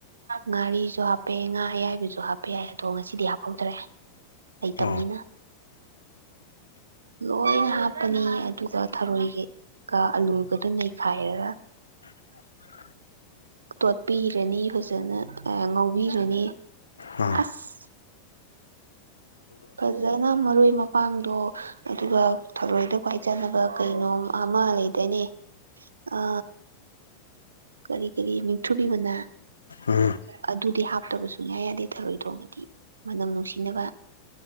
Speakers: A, on the right; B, on the left.
A: ꯉꯥꯔꯤꯁꯨ ꯍꯥꯞꯄꯦ ꯉꯥ ꯑꯌꯥꯏꯕꯁꯨ ꯍꯥꯞꯄ ꯌꯥꯏ ꯑꯗꯣ ꯉꯁꯤꯗꯤ ꯍꯥꯄ꯫ ꯍꯧꯗ꯭ꯔꯦ ꯂꯩꯇꯥꯝꯅꯤꯅ꯫
B: ꯑꯣ
A: ꯂꯣꯏꯅ ꯍꯥꯞꯄꯅꯤ ꯑꯗꯨꯒ ꯊꯔꯣꯏꯒꯤ꯫ ꯀ ꯑꯂꯨꯒꯗꯨ ꯅꯩꯈꯥꯏꯔꯒ꯫
B: <unintelligible>
A: ꯇꯣꯠꯄꯤꯔꯅꯤ ꯐꯖꯅ ꯉꯧꯕꯤꯔꯅꯤ꯫
B: ꯍꯥꯥ
A: ꯑꯁ ꯐꯖꯅ ꯃꯔꯣꯏ ꯃꯄꯥꯡꯗꯣ ꯑꯗꯨꯒ ꯊꯔꯣꯏꯗ ꯈ꯭ꯋꯥꯏ ꯆꯥꯅꯕ ꯀꯩꯅꯣꯝ ꯃꯥ ꯂꯩ ꯇꯅꯦ ꯑ ꯀꯔꯤ ꯀꯔꯤ ꯃꯤꯊꯨꯕꯤ ꯃꯅ
B: ꯎꯝ
A: ꯑꯗꯨꯗꯤ ꯍꯥꯞꯇꯕ ꯁꯨꯡꯌꯥ ꯌꯥꯗꯦ ꯊꯔꯣꯏ ꯊꯣꯡꯉꯗꯤ ꯃꯅꯝ ꯅꯨꯡꯁꯤꯅꯕ